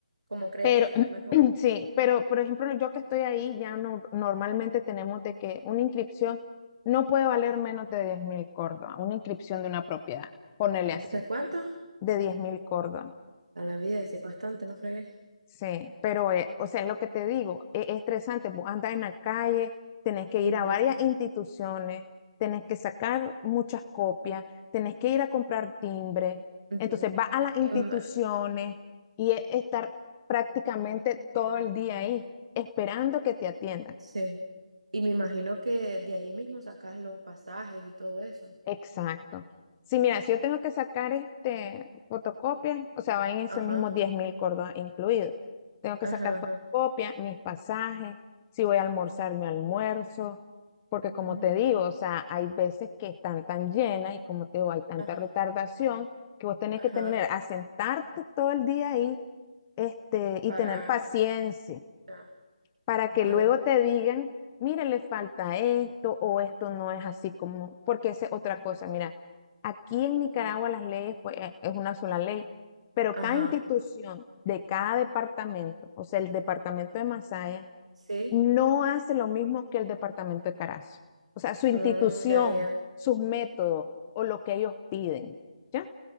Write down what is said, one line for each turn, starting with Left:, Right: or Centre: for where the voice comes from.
Right: Como cree
Left: Pero
Right: que es
Left: <clears throat>
Right: mejor.
Left: sí, pero por ejemplo, yo que estoy ahí, ya no, normalmente tenemos de que una inscripción no puede valer menos de diez mil córdobas, una inscripción de una propiedad, ponele así,
Right: ¿De cuánto?
Left: de diez mil córdobas.
Right: A la vida, sí, bastante, no fregué.
Left: Sí, pero, eh, o sea, es lo que te digo, es es estresante. Vos andas en la calle, tenés que
Right: Ujú,
Left: ir a varias instituciones, tenés que sacar muchas copias, tenés que ir a comprar timbre.
Right: ujú.
Left: Entonces vas a las instituciones
Right: Y ma-
Left: y es estar prácticamente todo el día ahí, esperando que te atiendan.
Right: sí. Y me imagino que de ahí mismo sacas los pasajes y todo eso.
Left: Exacto. Sí, mira, si yo tengo que sacar este fotocopia, o sea, van en esos
Right: Ajá,
Left: mismos diez mil córdobas incluidos. Tengo que
Right: ajá,
Left: sacar
Right: ajá.
Left: fotocopia, mis pasajes, si voy a almorzar, mi almuerzo, porque
Right: Mm,
Left: como te digo, o sea, hay veces que están tan llenas y como te digo, hay tanta
Right: ajá,
Left: retardación que vos tenés
Right: ajá.
Left: que tener, asentarte todo el día ahí, este, y
Right: Para.
Left: tener paciencia
Right: ya,
Left: para que
Right: ala,
Left: luego te digan, mire, le falta esto o esto no es así como, porque esa es otra cosa. Mira, aquí en Nicaragua las leyes, pues e- es una sola ley, pero
Right: Ajá.
Left: cada institución de cada departamento, o sea, el departamento de Masaya,
Right: Sí.
Left: no hace lo mismo que el departamento de Carazo. O sea, su institución,
Right: Mm, ya, ya, ya.
Left: sus métodos o lo que ellos piden. ¿ya?